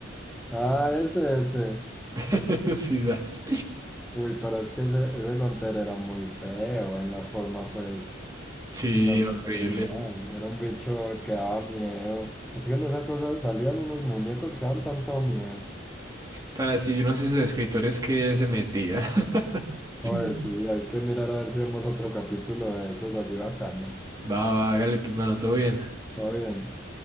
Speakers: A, in the centre; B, on the right.
A: Ah, ese, ese.
B: <laughs> Sí, sas.
A: Uy, pero es que ese, ese Gonter era muy feo en la forma, pues,
B: Sí,
A: en la forma
B: horrible.
A: original. Era un bicho que daba miedo. Es que en esa cosa salían unos muñecos que daban tanto miedo.
B: Para si yo no sé esos escritores que se metían. <laughs>
A: Oye, sí, hay que mirar a ver si vemos otro capítulo de esos así bacano.
B: Va, va, hágale, pues, mano, todo bien.
A: Todo bien.